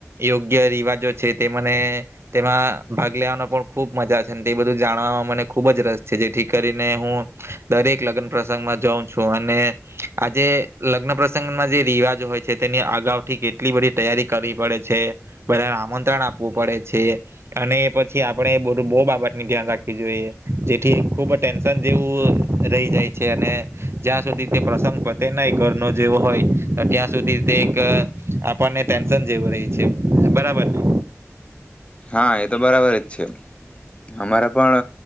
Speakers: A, on the right (about 55°); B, on the left (about 20°).
A: યોગ્ય રિવાજો છે તે મને તેમાં ભાગ લેવાનો પણ ખુબ મજા છે, તે બધું જાણવાવામાં મને ખુબ જ રસ છે, જે ઠીક કરીને હું દરેક લગ્ન પ્રસંગમાં જઉં છું, અને આજે લગ્ન પ્રસંગમાં જે રિવાજો હોય છે, તેને અગાઉ થી કેટલી બધી તૈયારી કરવી પડે છે. બધાને આમંત્રણ આપવું પડે છે, અને એ પછી આપણેે બધું બહુ બાબતની ધ્યાન રાખવી જોઈએ. જેથી ખૂબ ટેન્શન જેવું રહી જાય છે, અને જ્યાં સુધી તે પ્રસંગ પતે નહીં ઘર નો જેવો હોય, તો ત્યાં સુધી તે એક આપણને ટેન્શન જેવું રહે છે. બરાબરને?
B: હા એ તો બરાબર જ છે. અમારા પણ